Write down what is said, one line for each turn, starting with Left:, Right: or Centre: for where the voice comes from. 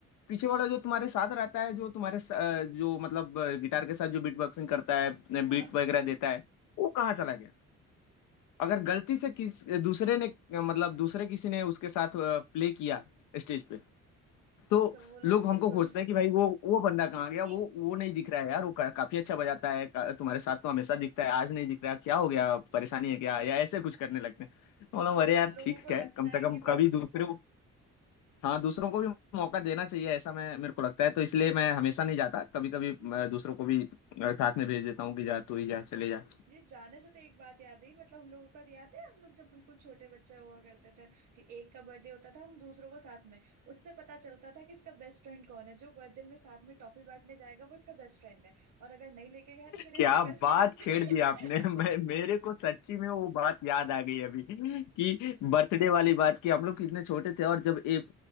Left: पीछे वाला जो तुम्हारे साथ रहता है जो तुम्हारे स- अ, जो मतलब गिटार के साथ जो बीट बॉक्सिंग करता है
Right: हाँ
Left: बीट
Right: <laughs>
Left: वगैरह देता है वो कहाँ चला गया अगर गलती से किस दूसरे ने मतलब दूसरे किसी ने उसके साथ प्ले किया स्टेज पे तो
Right: तो वो लोग
Left: लोग हमको
Right: बिल्कुल
Left: खोजते हैं कि भाई वो वो बंदा कहाँ गया
Right: <laughs>
Left: वो वो नहीं दिख रहा है यार वो का, काफी अच्छा बजाता है का, तुम्हारे साथ तो हमेशा दिखता है आज नहीं दिख रहा क्या हो गया परेशानी है क्या या ऐसे कुछ करने लगते हैं तो बोला
Right: हाँ
Left: हूँ, अरे
Right: उन
Left: यार
Right: लोगों
Left: ठीक
Right: को लगता
Left: है कम से
Right: है
Left: कम
Right: कि
Left: कभी
Right: बस
Left: दूसरे को हाँ दूसरों को भी मौका देना चाहिए ऐसा मैं मेरे को लगता है तो इसलिए मैं हमेशा नहीं जाता कभी कभी
Right: <laughs>
Left: दूसरों को भी अ, साथ में भेज देता हूँ कि जा तू ही जा चले जा
Right: ये जाने से तो एक बात याद आई मतलब हम लोगों का तो याद है हम लोग जब बिल्कुल छोटे बच्चे हुआ करते थे कि एक का बर्थडे होता था हम दूसरों को साथ में उससे पता चलता था कि इसका बेस्ट फ्रेंड कौन है जो बर्थडे में साथ में टॉफी बांटने जाएगा वो इसका बेस्ट फ्रेंड है और अगर नहीं लेके गया तो फिर ये
Left: क्या
Right: मेरी बेस्ट
Left: बात
Right: फ्रेंड
Left: छेड़
Right: नहीं
Left: दी आपने मैं मेरे को सच्ची में वो बात याद आ गई अभी कि बर्थडे वाली बात कि हम लोग कितने छोटे थे और जब एक